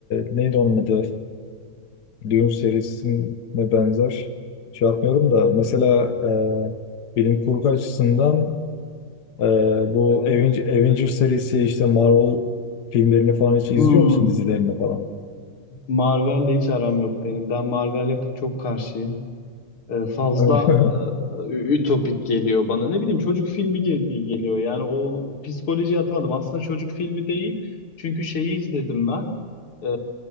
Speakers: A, on the left (about 55°); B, on the left (about 80°).
A: neydi onun adı? E, Dune serisine benzer. Şey yapmıyorum da mesela e, bilim kurgu açısından Ee, bu
B: evet.
A: Aven- Avengers serisi işte Marvel filmlerini falan hiç izliyor
B: Hmm.
A: musun dizilerini falan?
B: Marvel'le hiç aram yok benim. Ben Marvel'e çok karşıyım. e, fazla
A: Öyle mi?
B: e, ütopik geliyor bana. Ne bileyim çocuk filmi gibi geliyor. Yani o psikolojiye atamadım. Aslında çocuk filmi değil. Çünkü şeyi izledim ben. E,